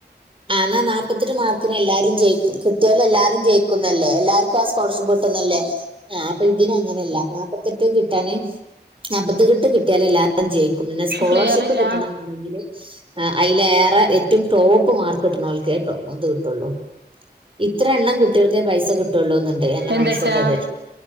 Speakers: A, on the right; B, on the right.
A: ആ എന്നാ നാപ്പത്തെട്ട് മാർക്കിന് എല്ലാരും ജയിക്കും കിട്ടിയാലും എല്ലാരും ജയിക്കുന്നല്ലേ. എല്ലാർക്കും ആ സ്കോളർഷിപ്പ് കിട്ടുന്നൽ ല്ലേ? ആ അപ്പൊ ഇതിനങ്ങനല്ല നാപ്പത്തെട്ട് കിട്ടാന് നാപ്പത്തി കിട്ട് കിട്ടിയാലെല്ലാ ജയിക്കുംന്നന്നെ. സ്കോളർഷിപ്പ്
B: ക്ലിയർ ഇല്ല
A: കിട്ടണംന്ന്ണ്ടെങ്കില് അയിലേറെ ഏറ്റം ടോപ് മാർക്ക് കിട്ടണോൽക്കെ ടോ ഇത് കിട്ടുള്ളൂ. ഇത്ര എണ്ണം കുട്ടികൾക്കേ പൈസ കിട്ടുള്ളൂ ന്ന്ണ്ട് എൻ എം
B: എന്തിട്ടാ
A: ഓസി ന്റത്.